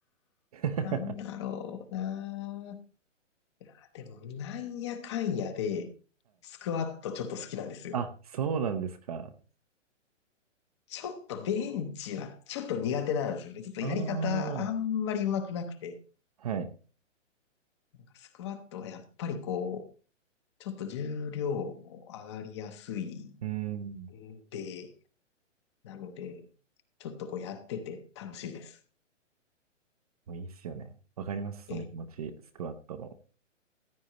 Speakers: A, on the right (about 30°); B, on the left (about 20°).
A: <laughs> はい。
B: ぁなんだろうなぁでも、なんやかんやで、スクワットちょっと好きなんですよ。
A: あ、そうなんですか。
B: ちょっとベンチはちょっと苦手なんですよね。ちょっとやり方あんまり上手くなくて。
A: ああ、はい。
B: なんかスクワットはやっぱりこう、ちょっと重量も上がりやすい
A: うーん。
B: んで、なので、ちょっとこうやってて楽しいです。
A: もういいっすよね。わかります、その気持ち。
B: え、
A: スクワットの。